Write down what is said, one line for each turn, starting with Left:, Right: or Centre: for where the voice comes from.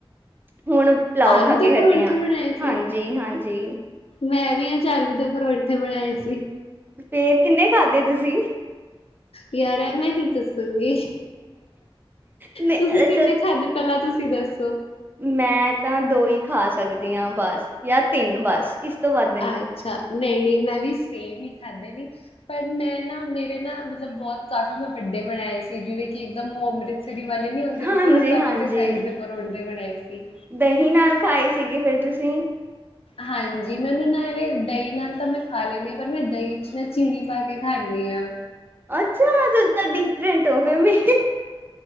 Right: ਹੁਣ ਪਲਾਓ
Left: ਆਲੂ
Right: ਖਾ ਕੇ
Left: ਦੇ ਪਰੌਂਠੇ
Right: ਹਟੇ ਆ।
Left: ਬਣਾਏ ਸੀ
Right: ਹਾਂਜੀ-ਹਾਂਜੀ।
Left: ਮੈਂ ਵੀ ਅਜ ਆਲੂ ਦੇ ਪਰੌਂਠੇ ਬਣਾਏ ਸੀ।
Right: ਫੇਰ ਕਿੰਨੇ ਖਾਧੇ ਤੁਸੀਂ?
Left: ਯਾਰ ਐਵੇਂ ਨੀ ਦੱਸੂੰਗੀ।
Right: ਨਹੀਂ
Left: ਤੁਸੀਂ
Right: ਅੱਛਾ
Left: ਕਿੰਨੇ ਖਾਧੇ ਪਹਿਲਾਂ ਤੁਸੀਂ ਦੱਸੋ।
Right: ਮੈਂ ਤਾਂ ਦੋ ਈ ਖਾ ਸਕਦੀ ਆ ਬੱਸ ਯਾ ਤਿੰਨ ਬੱਸ। ਇਸ ਤੋਂ ਵਧ
Left: ਅੱਛਾ, ਨਹੀਂ-ਨਹੀਂ ਮੈਂ ਵੀ ਸੇਮ ਹੀ ਖਾਧੇ ਨੇ। ਪਰ ਮੈਂ ਨਾ ਮੇਰੇ ਨਾ ਮਤਲਬ ਬੌ ਕਾਫ਼ੀ ਮੈਂ ਵੱਡੇ ਬਣਾਏ ਸੀ ਜੀਵੇਂ ਕੀ ਏਕਦਮ ਓ ਅੰਮ੍ਰਿਤਸਰੀ ਵਾਲੇ ਨੀ ਹੁੰਦੇ
Right: ਹਾਂਜੀ-ਹਾਂਜੀ
Left: ਪੂਰੇ ਤਵੇ ਦੇ ਸਾਈਜ਼ ਦੇ ਪਰੋਂਠੇ ਬਣਾਏ ਸੀ।
Right: ਦਹੀਂ ਨਾਲ ਖਾਏ ਸੀਗੇ ਫੇਰ ਤੁਸੀਂ?
Left: ਹਾਂਜੀ ਮੈਨੂੰ ਨਾ ਏਵੇਂ ਦੲਈ ਨਾਲ ਤਾਂ ਮੈਂ ਖਾ ਲੈਂਨੀ ਆ ਪਰ ਮੈਂ ਦਈ ਚ ਨਾ ਚੀਨੀ ਪਾ ਕੇ ਖਾਂਨੀ ਆ।
Right: ਅੱਛਾ ਤੁਸੀ ਤਾਂ ਡੀਫਰੈਂਟ ਹੋ ਗੈ ਮੇ